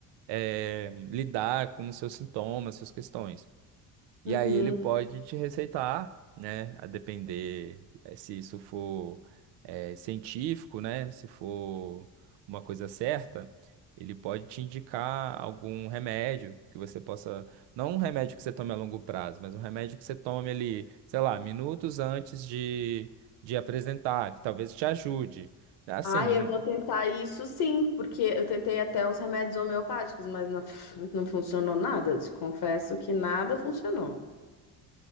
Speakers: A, on the right; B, on the left.
A: eh, lidar com os seus sintomas, suas questões. E
B: uhum.
A: aí ele pode te receitar, né? A depender eh, se isso for eh, científico, né? Se for uma coisa certa, ele pode te indicar algum remédio que você possa. Não um remédio que você tome a longo prazo, mas um remédio que você tome ali, sei lá, minutos antes de, de apresentar, que talvez te ajude. Assim.
B: Ai, eu vou tentar isso sim, porque eu tentei até uns remédios homeopáticos, mas não, <laughs> não funcionou nada. Te confesso que nada funcionou.